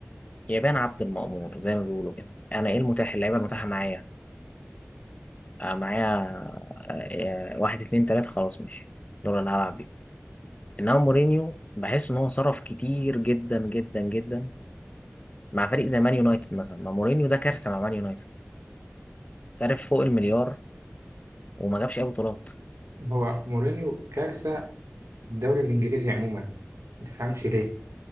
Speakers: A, on the left; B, on the right.
A: يبان عبد المأمور زي ما بيقولوا كده انا ايه المتاح اللعيبة المتاحة معايا آه معايا آه آه، واحد اتنين تلاتة خلاص ماشي دول اللي هلعب بيهم انما مورينيو بحس ان هو صرف كتير جدا جدا جدا مع فريق زي مان يونايتد مثلا ما مورينيو ده كارثه مع مان يونايتد صرف فوق المليار وما جابش اي بطولات
B: هو مورينيو كارثة في الدوري الإنجليزي عموما ما تفهمش ليه